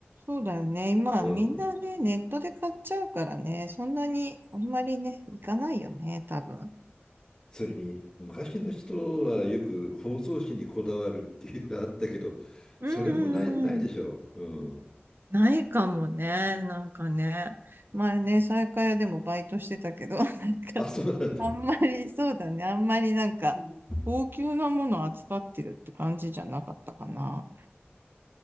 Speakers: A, on the right; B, on the left.
A: そうだよね。今、
B: うん。
A: みんなね、ネットで買っちゃうからね、そんなに、あんまりね、行かないよね、多分。
B: それに、昔の人はよく包装紙にこだわるっていうのがあったけど、
A: うんうんうん。
B: それもない、ないでしょう。うん。
A: ないかもね。なんかね。前ね、西下屋でもバイトしてたけど、<laughs> なんか、
B: あ、そうなんだ。
A: あんまり、そうだね。あんまりなんか、
B: い
A: 高級なものを扱ってるって感じじゃなかったかな。